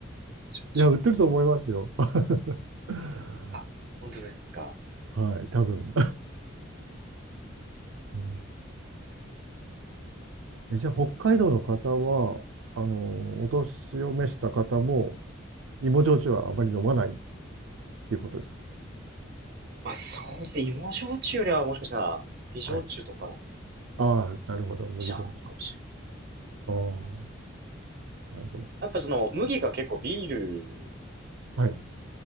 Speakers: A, on the right; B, on the right.
A: <laughs> 焼酎。
B: や、売ってると思いますよ。<laughs> は
A: あ、本当ですか。
B: い。はい。多分。うん
A: いいね。
B: えじゃあ、北海道の方は、あの、お年を召した方も、
A: え
B: 芋焼酎はあまり飲まないっていうことです
A: まあそうですね。芋焼酎よりはもしかしたら、美焼酎とかのメ
B: かはい。ああ、なるほど。麦焼酎。
A: ジャーなのかもしれない。
B: ああ、なるほど。
A: やっぱその麦が結構ビール
B: はい。